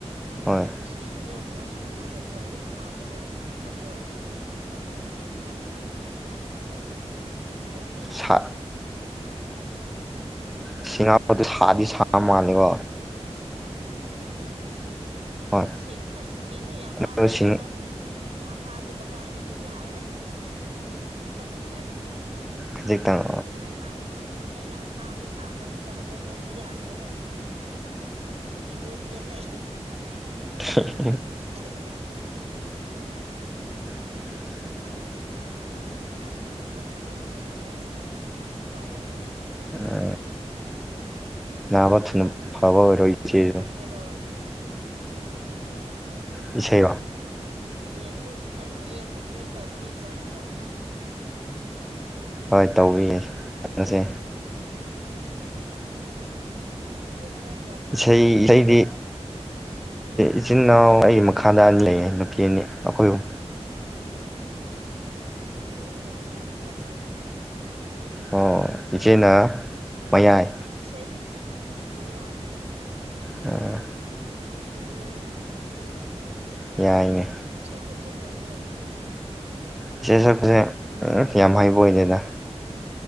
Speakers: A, in the centre; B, on the right.
A: ꯍꯣꯏ
B: ꯁꯤꯡꯒ ꯈꯔ ꯁꯨꯔꯒꯀꯣ ꯑꯗꯨꯝ ꯍꯥꯞꯄꯒ ꯐꯨꯜꯂꯣ ꯑꯗꯨ ꯃꯍꯤ ꯊꯛꯔꯑꯣ ꯑꯁ ꯌꯥꯝ ꯐꯕꯅ ꯈꯅꯥꯎ ꯅꯥꯕ ꯀꯣꯛ ꯁꯛꯄ
A: ꯁꯥ
B: ꯑꯗꯨꯝ
A: ꯁꯤꯡꯉꯥꯕꯗꯣ
B: ꯂꯕꯨ ꯂꯕꯨ
A: ꯁꯥꯗꯤ ꯁꯥ
B: ꯊꯛ
A: ꯃꯥꯜꯂꯦꯀꯣ ꯍꯣꯏ
B: ꯁꯤꯡ ꯑꯁ ꯁꯤꯡꯗ ꯌꯥꯝ ꯍꯥꯞꯄꯅꯨ
A: ꯑꯗꯣ ꯁꯤꯡ
B: ꯍꯦ ꯅꯪꯁꯨ ꯌꯥꯝ ꯐꯕꯗꯤ ꯀꯗꯥꯏꯗꯒꯤ ꯌꯥꯔꯦ ꯈꯖꯤ ꯇꯥꯏ
A: ꯈꯖꯤꯛꯇꯪ
B: ꯍꯧꯖꯤꯛꯇ ꯍꯥꯥꯎꯔꯣ ꯍꯥꯏꯕꯅꯤꯍꯦꯛ ꯌꯥꯝ ꯍꯥꯥꯎꯕꯗꯤ ꯁꯥꯃꯅꯤꯅ ꯍꯣꯔꯦꯟ ꯇꯨꯝꯕ ꯌꯥꯗ꯭ꯔꯒ ꯈꯨꯁꯤꯟꯁꯤꯔꯦ
A: ꯍ ꯍ
B: ꯎ
A: <inaudible>
B: ꯃꯥ ꯉꯍ ꯋꯥꯗꯤ ꯉꯍꯥꯟꯗꯤ ꯃꯀꯣꯛ ꯈꯅꯥꯎꯁꯦ ꯁꯨꯌꯥ ꯌꯥꯗ꯭ꯔꯦ ꯎꯄꯥꯏ ꯂꯩꯇꯦ
A: ꯎ ꯅꯥꯕ ꯊꯨꯅ ꯐꯕ ꯑꯣꯏꯔꯣ ꯏꯆꯦꯁꯨ
B: ꯀꯔꯣ ꯎ ꯐꯔꯒꯦ
A: ꯏꯁꯩꯔꯣ
B: ꯍꯌꯦꯡꯁꯨ ꯍꯌꯦꯡꯁꯨ ꯄ꯭ꯔꯦ ꯇꯧꯕꯤꯌꯣ ꯆꯔꯁꯇ
A: ꯍꯣꯏ ꯇꯧꯕꯤꯌꯦꯦ ꯌꯦꯡꯁꯦ
B: ꯃꯁꯤ ꯅ ꯀꯌꯥ ꯄꯣꯛꯄ꯭ꯔꯣ
A: ꯏꯁꯩ ꯏꯁꯩꯗꯤ ꯏꯆꯤꯟ ꯏꯅꯥꯎ ꯑꯩꯒꯤ ꯃꯈꯥꯗ ꯑꯅꯤ ꯂꯩꯌꯦ ꯅꯨꯄꯤ ꯑꯅꯤ ꯑꯩꯈꯣꯏꯕꯨ
B: ꯑꯣ ꯑꯣ ꯐꯔꯦ ꯐꯔꯦ ꯑꯩꯈꯣꯏꯗꯤ ꯌꯥꯝꯃꯦ ꯇꯔ‌ꯦꯠꯅ‌ꯦ
A: ꯑꯣ ꯏꯆꯦꯅ ꯃꯌꯥꯏ
B: ꯏꯁꯩ ꯃ ꯌꯥꯏ
A: ꯑ
B: ꯃꯌꯥꯏꯅ‌ꯦ
A: ꯌꯥꯏꯅꯦ
B: ꯏꯁꯩ ꯁꯣꯛꯄ ꯍꯩꯕ꯭ꯔꯣ
A: ꯏꯁꯩ ꯁꯛꯄꯁꯦ ꯌꯥꯝ ꯍꯩꯕ ꯑꯣꯏꯗ‌ꯦꯗ